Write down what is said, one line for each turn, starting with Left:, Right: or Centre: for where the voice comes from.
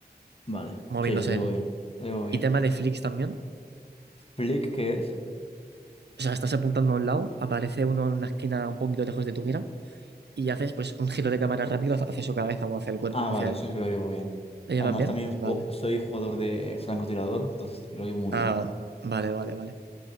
Left: Vale,
Right: moviéndose
Left: sí, lo llevo
Right: él.
Left: bien, lo llevo bien.
Right: Y tema de flicks también.
Left: Flick, ¿qué es?
Right: O sea, estás apuntando a un lado, aparece uno en una esquina un poquito lejos de tu mira y haces pues un giro de cámara rápido hacia hacia su cabeza o hacia el cuerpo,
Left: Ah, vale,
Right: hacia él.
Left: eso sí que lo llevo bien.
Right: ¿Lo llevas
Left: Además
Right: bien?
Left: también ju-
Right: Vale.
Left: soy jugador de francotirador, entonces lo llevo muy
Right: Ah,
Left: bien.
Right: vale, vale, vale.